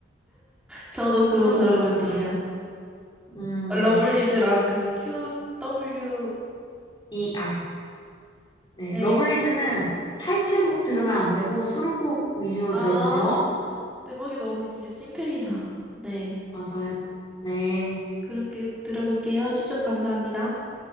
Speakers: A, in the centre; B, on the left (about 25°).
A: 저도 그거
B: 추천
A: 들어볼게요.
B: 감사합니다. 음,
A: 러블리즈랑 그 QWER.
B: ER. 네,
A: 네.
B: 러블리즈는 타이틀곡 들으면 안 되고 수록곡 위주로
A: 아,
B: 들어보세요.
A: 대박이다. 언니 진짜 찐팬이다. 네.
B: 맞아요. 네,
A: 그렇게 들어볼게요. 추천 감사합니다.